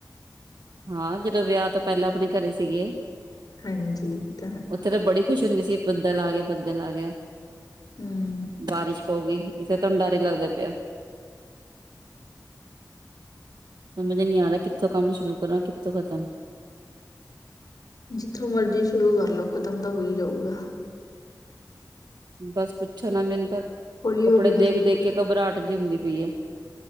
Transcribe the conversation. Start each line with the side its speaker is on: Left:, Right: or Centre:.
Right: ਹਾਂ, ਜਦੋਂ ਵਿਆਹ ਤੋਂ ਪਹਿਲਾਂ ਆਪਣੇ ਘਰੇ ਸੀਗੇ।
Left: ਹਾਂਜੀ, ਇਹ ਤਾਂ ਹੈ।
Right: ਉੱਥੇ ਤਾਂ ਬੜੀ ਖੁਸ਼ੀ ਹੁੰਦੀ ਸੀ, ਬੱਦਲ ਆ ਗਿਆ ਬੱਦਲ ਆ ਗਿਆ,
Left: ਹਮ
Right: ਬਾਰਿਸ਼ ਪਊਗੀ, ਇਥੇ ਤੇ ਹੁਣ ਡਰ ਹੀ ਲੱਗਦਾ ਪਿਆ। ਸਮਝ ਇ ਨੀ ਆ ਰਿਹਾਂ, ਕਿੱਥੋਂ ਕੰਮ ਸ਼ੁਰੂ ਕਰਾਂ ਕਿੱਥੋਂ ਖ਼ਤਮ।
Left: ਜਿੱਥੋਂ ਮਰਜ਼ੀ ਸ਼ੁਰੂ ਕਰਲੋ, ਖਤਮ ਤਾਂ ਹੋਈ ਜਾਊਗਾ।
Right: ਬਸ ਪੁੱਛਣ ਨਾ, ਮੈਨੂੰ ਤਾਂ
Left: ਹੌਲੀ
Right: ਕੱਪੜੇ
Left: ਹੌਲੀ
Right: ਦੇਖ
Left: ਕਰ ਲੋ
Right: ਦੇਖ ਕੇ ਘਬਰਾਹਟ ਜਿਹੀ ਹੁੰਦੀ ਪਈ ਐ।